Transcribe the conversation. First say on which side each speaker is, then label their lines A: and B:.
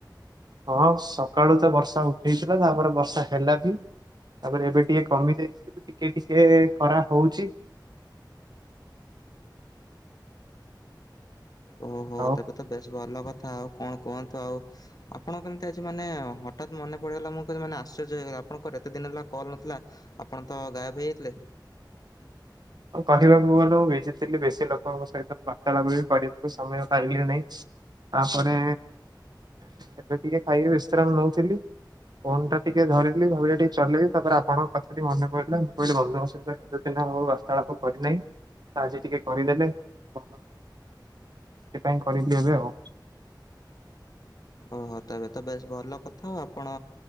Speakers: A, on the right; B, on the left.
A: ହଁ ସକାଳୁ ତ ବର୍ଷା ଉଠେଇଥିଲା ତାପରେ ବର୍ଷା ହେଲା ବି ତାପରେ ଏବେ ଟିକେ କମି ଯାଇଛି ଟିକେ ଟିକେ ଖରା ହଉଛି।
B: ଓହୋ
A: ଆଉ
B: ତେବେ ତ ବେଶ ଭଲ କ ଆଉ କଣ କୁହନ୍ତୁ ଆଉ ଆପଣ କେମିତି ଆଜି ମାନେ ହଠାତ୍ ମନେ ପଡିଗଲା ମୁଁ ତ ମାନେ ଆଶ୍ଚର୍ଯ୍ୟ ହେଇଗଲି ଆପଣଙ୍କର ଏତେ ଦିନ ହେଲା କଲ ନଥିଲା ଆପଣ ତ ଗାଏବ ହେଇଯାଇଥିଲେ।
A: କହିବାକୁ ଗଲୁ ଭଜିଥିଲି ବେଶୀ ଲୋକଙ୍କ ସହିତ ବାର୍ତ୍ତାଳାପ ବି କରିବାକୁ ସମୟ ପାଇଲି ନାହିଁ ତାପରେ ଏବେ ଟିକେ ଖାଇକି ବିଶ୍ରାମ ନାଉଥିଲି ଫୋନ୍ ଟା ଟିକେ ଧରିଥିଲି ଭାବିଲି ଟିକେ ଚଲେଇବି ତା ପରେ ଆପଣ ଙ୍କ କଥା ଟି ମନେ ପଡିଲା ମୁଁ କହିଲି ବନ୍ଧୁ ଙ୍କ ସହିତ କେତେ ଦିନ୍ ହବ ବା ତାଳପ କରିନାହିଁ ଆଜି ଟିକେ କରିଦେଲେ ଭଲ ହବ ସେଥିପାଇଁ କରିଲି ଏବେ ଆଉ।
B: ଓହୋ ତେବେ ତ ବେଶ ଭଲ କଥା ଆଉ ଆପଣ